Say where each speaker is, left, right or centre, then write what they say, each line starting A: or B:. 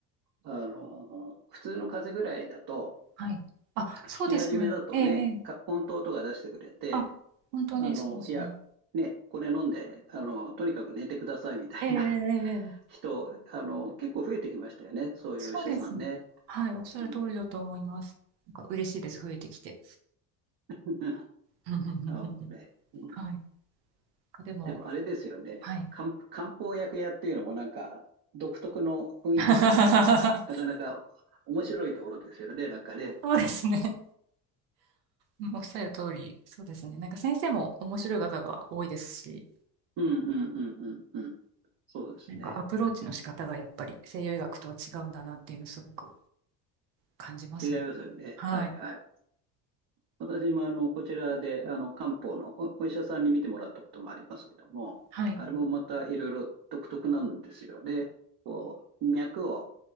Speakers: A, on the right (about 50°); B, on the right (about 80°).
A: あの、普通の風邪ぐらいだと、
B: はい。あ、そうですよね。
A: 引き始めだとね、
B: ええ、え
A: 葛根湯とか出してくれて、
B: あ、本当にそうですね。
A: あの、いや、ね、これ飲んで、あの、とにかく寝てくださいみたいな
B: ええええええ
A: <laughs> 人、あの、結構増えてきましたよね。そういうお医者さんね。
B: そうですね。はい、おっしゃる通りだと思います。
A: うん。
B: なんか嬉しいです、増えてきて。
A: <laughs>
B: <laughs>
A: なるほどね。うん
B: はい。でも、
A: でもあれですよね。
B: はい。
A: 漢漢方薬屋っていうのもなんか独特の雰囲気があって、
B: <laughs>
A: なかなか面白いところですよね、なんかね。
B: そうですね。うんおっしゃる通り、そうですね。なんか先生も面白い方が多いですし、
A: うんうんうんうんうん。そうですね。
B: なんかアプローチの仕方がやっぱり西洋医学とは違うんだなっていうのをすごく感じますね。
A: 違いますよね。
B: はい。
A: はいはい。私もあの、こちらであの、漢方のお、お医者さんに見てもらったこともありますけども、
B: はい。
A: あれもまたいろいろ独特なんですよね。こう、脈を